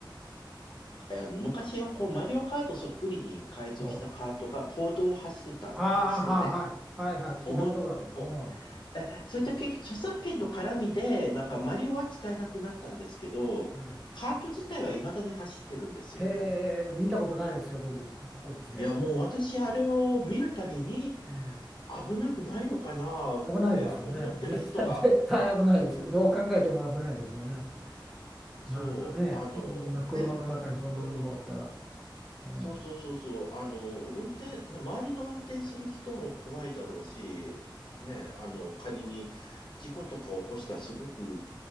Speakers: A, on the left (about 70°); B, in the centre.
A: あの昔はこう、マリオカートそっくりに改造したカートが公道を走ってたんですよね。
B: おう。ああ、はい、はい。はい、はい。聞いたことがある。
A: おま、お、
B: うん。聞
A: え、
B: いたことがある。
A: そういった結局著作権の絡みで、なんかマリオは使えなくなったんですけど、
B: ええ。え
A: カート自体は未だに走ってるんですよね。
B: え。へえ、見たことないですよ、僕、こっちで、
A: いや、
B: それ。
A: もう私あれを見るたびに、
B: うん。
A: 危なくないのかなって、
B: 危ないですよね。
A: あの、乗ってる人が、
B: 絶対、絶対危ないですよ。
A: うん、
B: どう考えても危ないですよね。
A: そう、
B: なんかね、
A: あのね、
B: そんな車の中にそんなもんがおったら、
A: うん、
B: うん、
A: そうそうそうそう。あの、運転、ね周りの運転する人も怖いだろうし、ね、あの、仮に事故とか起こしたらすごく